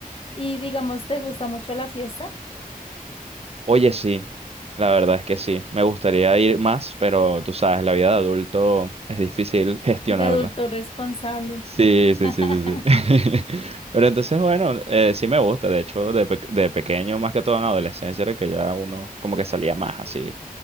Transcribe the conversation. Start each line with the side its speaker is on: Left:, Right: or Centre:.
Left: Y digamos, ¿te gusta mucho la fiesta
Right: Oye, sí, la verdad es que sí. Me gustaría ir más, pero tú sabes, la vida de adulto es difícil <laughs> gestionarla.
Left: de adulto responsable?
Right: Sí, sí,
Left: <laughs>
Right: sí, sí, sí. <laughs> Pero entonces, bueno, eh, sí me gusta. De hecho, de, pe- de pequeño, más que todo en adolescencia, era que ya uno como que salía más así